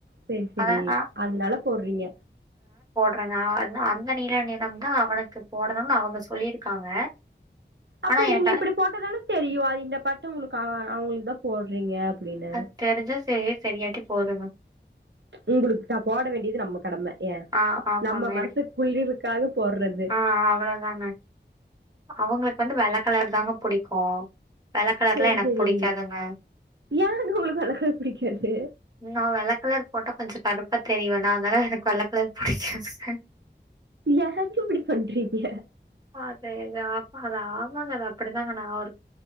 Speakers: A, on the right; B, on the right.
A: சேர் செரி
B: அத அ
A: அதனால போட்றீங்க
B: றாங்க அ அந் அந்த நீல நிறம்தா அவனுக்கு போடணும்னு அவங்க சொல்லியிருக்காங்க
A: அப்ப
B: ஆனா எனக்கு
A: நீங்க
B: அது
A: இப்படி போட்டாதால தெரியும் அது இந்த பட்டம் உங்களுக்கு அவ் அவங்களுக்கு தா போடுறீங்க அப்டின்னு
B: அது தெரிஞ்சாஷ் சரி சரியாட்டி போதுங்க
A: உங்களுக்கு நா போட வேண்டியது நம்ம கடமை ஏன்
B: ஆ ஆமாங்க
A: நம்ம
B: எனக்கு
A: மனசு குழிவுக்காக போட்றது
B: ஆ அவ்வளோதாங்க. அவங்களுக்கு வந்து வெள கலர் தாங்க புடிக்கு வெள்ள கலர்லா
A: சேரி
B: எனக்கு
A: சேரி
B: புடிக்காதுங்க
A: ஏங்க உங்களுக்கு வெள்ளக்கலர் பிடிக்காது
B: நா வெள்ள கலர் போட்டா கொஞ்ச கருப்பா தெரிவேனா அதனால எனக்கு வெள்ள கலர் புடிக்காதுங்க
A: ஏங்க இப்டி பண்றீங்க
B: அதே தாப்பா அது ஆமாங்க அது அப்படிதாங்க நா ஒரு